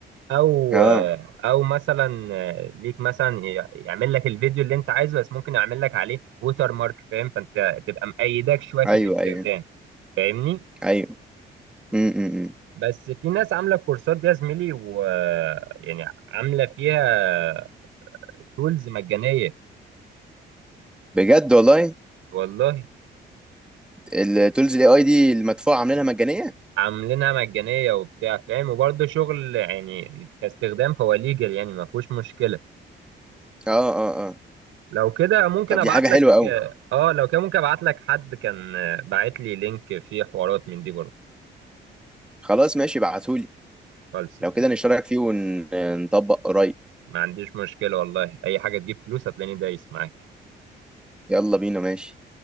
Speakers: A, on the right; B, in the centre.
A: او
B: اه
A: او مثلا ليك مثلا يعمل لك الفيديو اللي انت عايزه بس ممكن يعمل لك عليه ووتر مارك فاهم فانت تبقى مأيدك شويه في
B: ايوه
A: الاستخدام
B: ايوه
A: فاهمني
B: ايوه امم
A: بس في ناس عامله الكورسات دي يا زميلي و يعني عامله فيها تولز مجانيه
B: بجد والله
A: والله
B: التولز الاي اي دي المدفوعه عاملينها مجانيه
A: عاملينها مجانيه وبتاع فاهم وبرده شغل يعني كاستخدام فهو ليجل يعني ما فيهوش مشكله
B: اه اه اه
A: لو كده ممكن
B: طب
A: ابعت
B: دي حاجه
A: لك
B: حلوه قوي
A: اه لو كده ممكن ابعت لك حد كان باعت لي لينك فيه حوارات من دي برضه
B: خلاص ماشي ابعتهولي
A: خالص يا
B: لو
A: زميلي
B: كده نشترك فيه ونطبق قريب
A: ما عنديش مشكلة والله أي حاجة تجيب فلوس هتلاقيني دايس معاك
B: يلا بينا ماشي